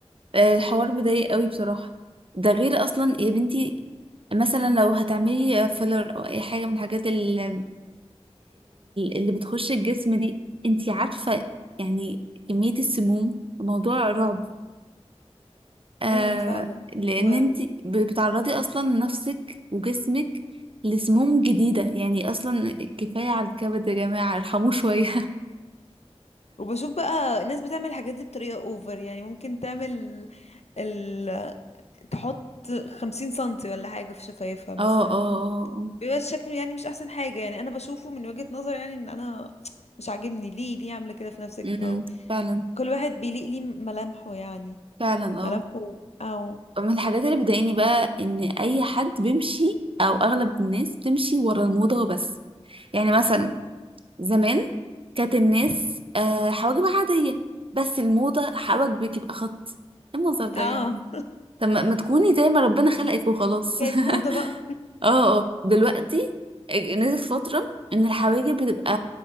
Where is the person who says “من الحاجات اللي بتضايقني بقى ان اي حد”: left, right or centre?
Right